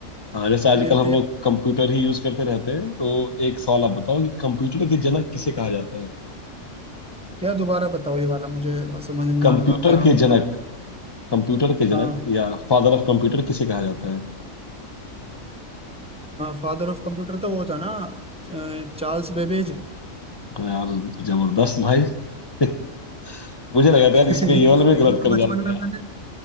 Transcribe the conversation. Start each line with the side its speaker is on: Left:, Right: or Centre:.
Left: हाँ जैसे आजकल
Centre: मेरी
Left: हम
Centre: तैयारी
Left: लोग कंप्यूटर ही यूज करते रहते हैं तो एक सवाल आप बताओ कि कंप्यूटर के जनक किसे कहा जाता है
Centre: क्या दोबारा बताओ ये वाला मुझे समझ नहीं
Left: कंप्यूटर
Centre: आ रहा क्या
Left: के
Centre: मतलब
Left: जनक कंप्यूटर के
Centre: हाँ
Left: जनक या फादर ऑफ कंप्यूटर किसे कहा जाता है
Centre: फादर ऑफ कंप्यूटर तो वो था ना अ, चार्ल्स बेबेज
Left: अरे यार जबरदस्त भाई <laughs> मुझे लगा
Centre: <laughs>
Left: था यार इसमें ये वाले में
Centre: ये
Left: गलत
Centre: तो
Left: कर
Centre: बचपन
Left: जाओगे
Centre: में मैंने